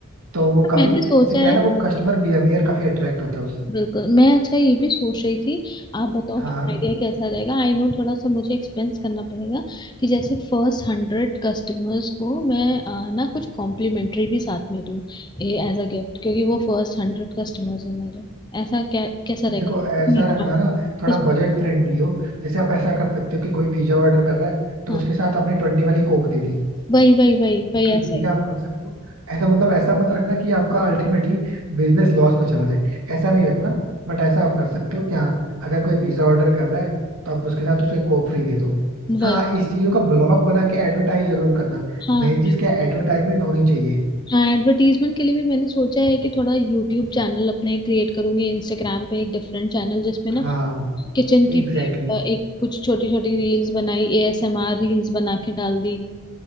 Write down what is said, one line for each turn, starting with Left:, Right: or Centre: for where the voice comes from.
Right: तो वो
Left: पर
Right: काफी
Left: मैंने
Right: जैसे
Left: सोचा
Right: क्या
Left: है
Right: है ना वो कस्टमर बिहेवियर काफी अट्रैक्ट होता है उससे
Left: बिल्कुल मैं अच्छा ये भी सोच रही थी आप बताओ
Right: हाँ
Left: कि आइडिया कैसा रहेगा आई नो थोड़ा सा मुझे एक्सपेंस करना पड़ेगा कि जैसे फर्स्ट हंड्रेड कस्टमर्स को मैं अ, ना कुछ कॉम्प्लीमेंट्री भी साथ में दूँ एज अ गिफ्ट क्योंकि वो फर्स्ट हंड्रेड कस्टमर्स है मेरे ऐसा क्या कैसा रहेगा
Right: देखो ऐसा
Left: मीठा
Right: रखना ना थोड़ा
Left: कुछ मीठा
Right: बजट फ्रेंडली हो जैसे आप ऐसा कर सकते हो कि कोई पिज्जा ऑर्डर कर रहा है तो
Left: हाँ
Right: उसके साथ आपने ट्वेंटी वाली कोक दे दी
Left: वही वही वही वही
Right: तो ये
Left: ऐसा ही
Right: आप कर सकते हो ऐसा मतलब ऐसा मत रखना कि आपका अल्टीमेटली बिजनेस लॉस में चला जाए ऐसा नहीं रखना बट ऐसा आप कर सकते हो कि हाँ अगर कोई पिज्जा ऑर्डर कर रहा है तो आप उसके साथ उसके कोक फ्री दे दो
Left: वही
Right: हाँ
Left: वही
Right: इस चीजों का ब्लॉग बना के एडवर्टाइज जरूर करना
Left: हाँ
Right: मेन चीज क्या एडवर्टाइजमेंट होनी चाहिए
Left: हाँ एडवर्टीजमेंट के लिए भी मैंने सोचा है कि थोड़ा यूट्यूब चैनल अपने क्रिएट करूंगी इंस्टाग्राम पे एक डिफरेंट चैनल जिसमें ना
Right: हाँ
Left: किचन
Right: एग्जैक्टली
Left: की भी
Right: exactly,
Left: अ, एक कुछ छोटी छोटी रील्स बनाई एएसएमआर रील्स बना के डाल दी